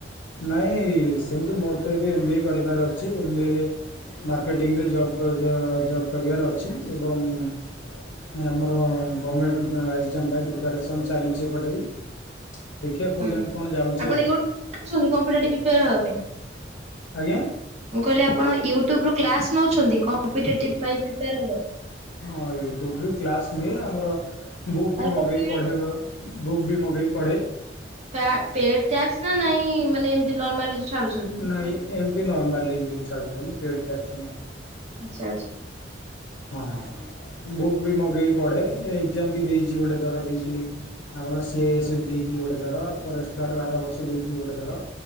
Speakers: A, on the left; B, on the right.
A: ନାଇଁ ସେମିତି ମୋର ତ ଏବେ ଏମ ବି ଏ କରିବାର ଅଛି ଏମ ବି ଏ ରେ। ମାର୍କେଟିଂରେ ଜବ୍ କ ଜବ୍ କରିବାର ଅଛି ଏବଂ। ନାଇ ଆମର ଗମେଣ୍ଟ ଏକ୍ଜାମ ପାଇଁ ପ୍ରିପାରେସନ୍ ଚାଲିଛି ଏପଟେ ବି। ଦେଖିବା କେଉଁ
B: ହୁଁ
A: ଯାଏଁ କ'ଣ ଯାଉଛି
B: ଆପଣ
A: ଆଉ
B: ୟୁଟ୍ୟୁବ ଦେଖୁଛନ୍ତି କମ୍ପିଟେଟିଭ ପ୍ରିପାଆର ହବା ପାଇଁ।
A: ଆଜ୍ଞା।
B: ମୁଁ କହିଲି ଆପଣ ୟୁଟ୍ୟୁବରୁ କ୍ଲାସ ନଉଛନ୍ତି କମ୍ପିେଟେଟିଭ ପାଇଁ ପ୍ରିପେୟାର ହବାକୁ।
A: ହଁ ୟୂଟୁବ ରୁ କ୍ଲାସ୍ ନିଏ ଆମର। ବୁକ୍
B: ମାନେ
A: ବି ମଗେଇ
B: ପେଡ୍
A: ପଢ଼େ ବେଳ ବୁକ୍ ବି ମଗେଇ ପଢ଼େ।
B: କ୍ଲା ପେଡ ଟ୍ୟାସ୍କ ନା ନାଇଁ ମାନେ ଏମତି ନର୍ମାଲ ଛାଡୁଛନ୍ତି।
A: ନାଇଁ ଏମିତି ନର୍ମାଲି ଛାଡୁଛନ୍ତି ପେଡ ଟାସ୍କ ନୁଅ।
B: ଆଚ୍ଛା ଆଚ୍ଛା।
A: ହଁ ବୁକ୍ ବି ମଗେଇକି ପଢେ, ଏକ୍ଜାମ ବି ଦେଇଛି ଗୋଟେ ଥର ଦେଇଥିଲି। ଆମର ସି ଆଇ ଏସ୍ ଏଫ୍ ଦେଇଥିଲି ଗୋଟେ ଥର ଫରେଷ୍ଟ ଗାର୍ଡ଼ ଆର ବର୍ଷ ଦେଇଥିଲି ଗୋଟେ ଥର।